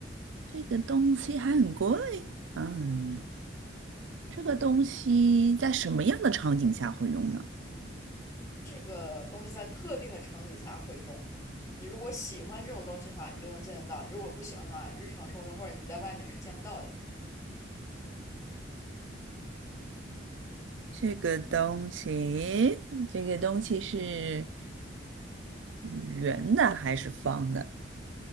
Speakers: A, on the right (about 80°); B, on the left (about 15°).
A: 这个东西还很贵。嗯。这个东西在什么样的场景下会用呢？
B: 这个东西在特定的场景下会用。你如果喜欢这种东西的话，你就能见得到；你如果不喜欢的话，日常生活中或者你在外面是见不到的。
A: 这个东西，这个东西是圆的还是方的？